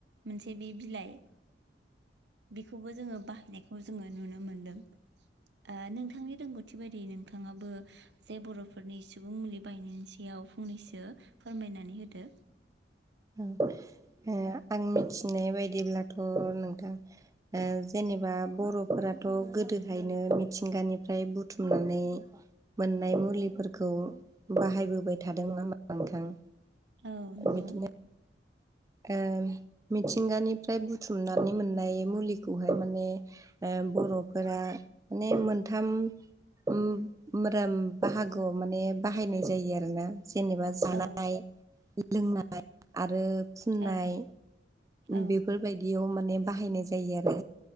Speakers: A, on the right; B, on the right.
A: मोनसे बे बिलाइ बेखौबो जोङो बाहायनायखौ जोङो नुनो मोनदों। ओ नोंथां नोंथांनि रोंगौथि बायदि नोंथाङाबो जे बर'फोरनि सुबुं मुलि बाहायनायनि सायाव फंनैसो फोरमायनानै होदो
B: नंगौ ना आं मिथिनाय बायदिब्लाथ' नोंथां ओ जेनेबा बर'फोराथ' गोदोहायनो मिथिंगानिफ्राय बुथुमनानै मोननाय मुलिफोरखौ बाहायबोबाय थादों नङा होमबा नोंथां।
A: औ नंगौ
B: बिदिनो ओ मिथिंगानिफ्राय बुथुमनानै मोननाय मुलिखौहाय माने ओ बर'फोरा माने मोनथाम ओम मोदोम बाहागोआव माने बाहायनाय जायो आरो ना जेनेबा जानाय
A: औ
B: लोंनाय आरो फुननाय
A: औ औ
B: बेफोरबायदियाव माने बाहायनाय जायो आरो